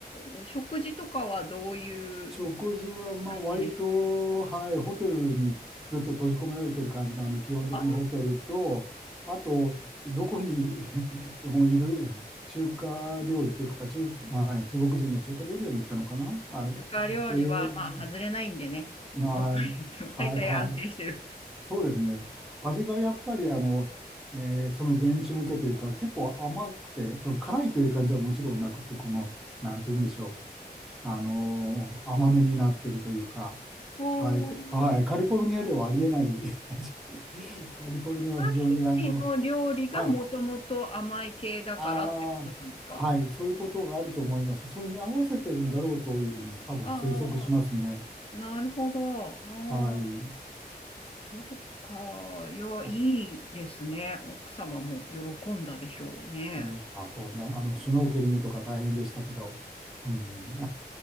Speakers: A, on the left; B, in the centre.
A: お食事とかはどういう
B: 食事は、まあ、
A: 感じです
B: 割と、はい、ホテルにずっと閉じ込められてる感じなんで、基本的にホテルと、
A: か
B: あと、どこに <laughs> もういる中華料理というか、中、まあ、中国人の中華料理屋に行ったのかなあれ。
A: それから料理は、
B: えー、
A: まあ、外れないんでね。
B: あー、
A: どこに行っても大体安定してる。
B: はい、はい。そうですね。味がやっぱりあの、えーその現地向けというか、結構甘くて、その辛いという感じはもちろんなくて、この、なんて言うんでしょう。あのー甘めになってるというか、
A: お
B: はい、
A: ー、
B: はい、カリフォルニアではありえない <laughs> 味。カリフォルニアは非常にあの、
A: タヒチの料理がもともと甘い系だからってことなんですか
B: はい、ああ、はい、そういうことがあると思います。それに合わせてるんだろうというふうに多分推測しますね。
A: へーああ、ああなるほど。
B: はい。
A: ああそうか。いや、
B: あ
A: いいですね。奥様も喜んだでしょうね。
B: うん。あ、そうね。あの、シュノーケリングとか大変でしたけど、うん、